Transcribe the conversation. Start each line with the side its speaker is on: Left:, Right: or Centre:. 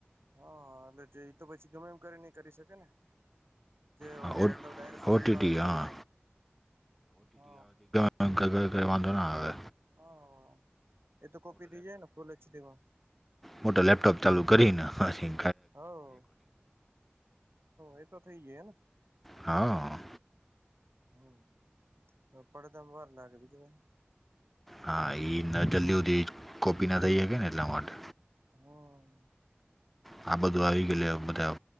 Right: હા હા એટલે એ તો પછી ગમે એમ કરી ને કરી શકે ને જે એ-એ
Centre: હા
Right: મતલબ ડાયરેક્ટ ફોનમાં
Centre: ઓટીટી
Right: આવી
Centre: હા
Right: ગયો એ -હ
Centre: ંગ <unintelligible> વાંધો ન આવે
Right: હ અ -એ તો કોપી થઈ જાય ને ફૂલ એચડીમાં
Centre: હું તો લેપટોપ ચાલુ કરીને હસી
Right: હ હ- એ તો થઇ ગયો એ ને
Centre: હા
Right: હમ- પડદા માં વાર લાગે બીજું કાંઈ
Centre: હા એ ન જલ્દી સુધી કોપી ના થઈ શકે ને એટલા માટે
Right: હમ
Centre: -આ બધું આવી ગયું લે હવે બધા